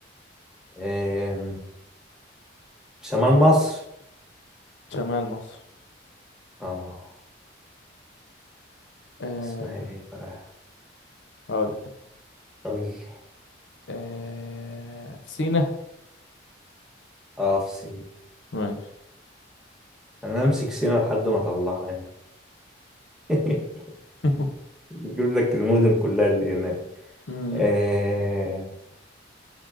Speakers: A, in the centre; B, on the left.
A: إيه شمال مصر
B: شمال مصر
A: اه
B: آه
A: اسمها ايه بقى
B: هقول
A: قول لي
B: آه في سينا
A: اه في سينا
B: ماشي
A: انا امسك سينا لحد ما اطلعها هنا <laughs>
B: <laughs>
A: اجيب لك المدن كلها اللي هناك
B: أمم،
A: آه.